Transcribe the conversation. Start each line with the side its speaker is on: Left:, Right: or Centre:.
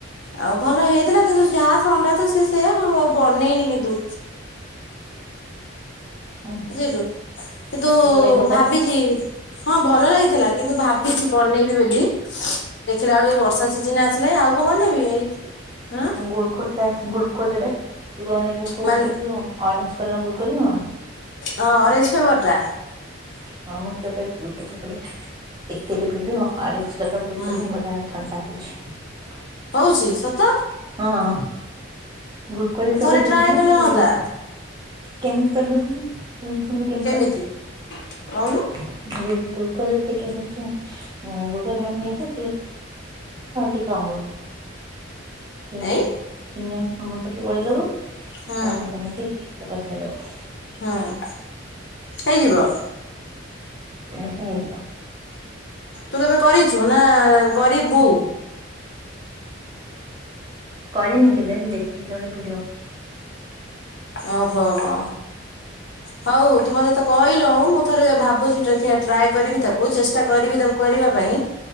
Left: ଆଉ ଭଲ ହେଇ ଥିଲା କିନ୍ତୁ ଯାହା ଥଣ୍ଡା ତ ସେ ସେଇଆ ମୁଁ ଆଉ ବନେଇନି କିନ୍ତୁ।
Right: ହୁଁ
Left: ବୁଝିଲୁ କିନ୍ତୁ
Right: ଭଲ ହେଇଥିବ ତାହେଲେ
Left: ଭାବିଚି
Right: ଆଉ
Left: ହଁ ଭଲ ହେଇଥିଲା କିନ୍ତୁ ଭାବିଚି ବନେଇବି ବୋଲି ଦେଖିଲା ବେଳୁ ଏ ବର୍ଷା ଜିନା ଆସିଲେ ଆଉ କଣ ବନେଇବି ଏଇ ହଁ
Right: ଗ୍ଲୁକୋଜ୍ ଟାଇପ୍ -ଗ୍ଲୁକୋଜ ରେ ଲୋକମାନେ କହୁଚନ୍ତି
Left: ମାନେ
Right: ଅ- ଅରେଞ୍ଜ୍ କଲର୍ ଗ୍ଲୁକୋଜ୍ ନୁହଁ
Left: ହଁ ଅରେଞ୍ଜ୍ ଫ୍ଲେବର୍ ଟା?
Right: <unintelligible> ସେଟା ଗ୍ଲୁକୋଜ୍ ନୁହଁ ବଢ଼ିଆ
Left: ହୁଁ
Right: ଥଣ୍ଡା ହଉଚି। <unintelligible>
Left: ହଉଚି ସତ
Right: ହଁ ଗ୍ଲୁକୋଜ୍
Left: ଆଉ ଥରେ
Right: କେବଳ କିଛି
Left: ଟ୍ରାଏ
Right: ନାହିଁ
Left: କଲେ
Right: ଖାଲି
Left: ହଅନ୍ତା
Right: ଗୁଲ୍- କେମିତି କରିବ ସେମ୍ -ଫୁଣି କେତ୍
Left: କେମିତି କଉନୁ?
Right: <unintelligible> ଚିନି ଟିକେ ଗୋଳେଇଦବ ଆଉ ଟିକେ ଅମୁଲ୍ ଚିନି
Left: ଏଇ
Right: ଆଉ ଅମୁଲ୍ ପକେଇ ଗୋଳେଇଦବ ଆଉ
Left: ହୁଁ
Right: ତାକୁ ନେଇକି ଫ୍ରିଜ୍ ରେ ବସେଇ ଦବ।
Left: ହୁଁ- ହେଇଯିବ?
Right: ହଁ-ହେଇଯିବ।
Left: ତୁ କେବେ କରିଚୁ ନା କରିବୁ?
Right: କରିନି କେବେ ମୁଁ ଦେଖିଥିଲି ଗୋଟେ ଭିଡିଓ।
Left: ଓ ହୋ-ହୋ। ହଉ ତୁ ମତେ ତ କହିଲୁଉଁ ମୁଁ ଥରେ ଭାବୁଚି ଦେଖିଆ ଟ୍ରାଏ କରିବି ତାକୁ ଚେଷ୍ଟା କରିବି ତାକୁ କରିବା ପାଇଁ।